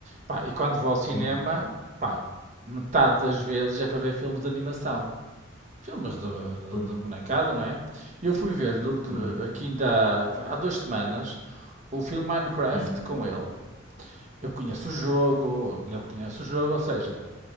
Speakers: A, on the right; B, in the centre.
A: Pá, e quando vou ao cinema,
B: Sim,
A: pá, metade das vezes é para ver filmes de animação. Filmes de, de-
B: pois.
A: de bonecada, não é? Eu fui ver no, de-
B: Uhum.
A: aqui ainda pá, há duas semanas o filme Minecraft
B: Sim,
A: com ele. Eu conheço o jogo, ele conhece o jogo, ou seja,